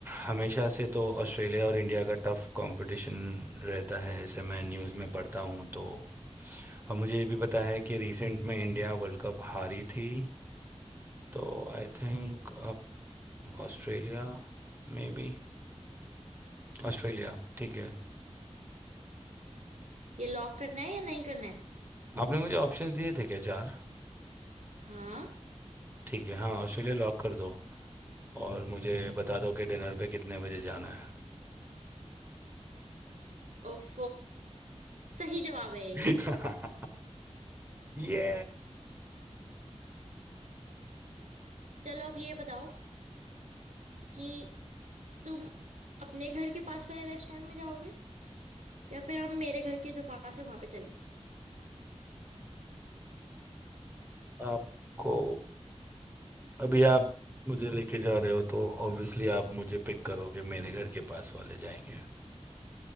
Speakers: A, on the right; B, on the right.
A: हमेशा से तो ऑस्ट्रेलिया और इंडिया का टफ कंपटीशन रहता है ऐसे मैं न्यूज़ में पढ़ता हूँ तो और मुझे ये भी पता है कि रिसेंट में इंडिया वर्ल्ड कप हारी थी तो I think Australia maybe Australia ठीक है
B: ये लॉक करना है या नहीं करना है
A: आपने मुझे ऑप्शंस दिए थे क्या चार
B: हाँ
A: ठीक है हाँ ऑस्ट्रेलिया लॉक कर दो और मुझे बता दो कि डिनर पे कितने बजे जाना है
B: ओफ सही जवाब है ये।
A: <laughs> ये
B: चलो अब ये बताओ कि तुम अपने घर के पास वाले रेस्टोरेंट में जाओगे या फिर हम मेरे घर के जो पास है वहां पे चलें
A: आपको अभी आप मुझे लेके जा रहे हो तो ऑब्वियसली आप मुझे पिक करोगे मेरे घर के पास वाले जाएंगे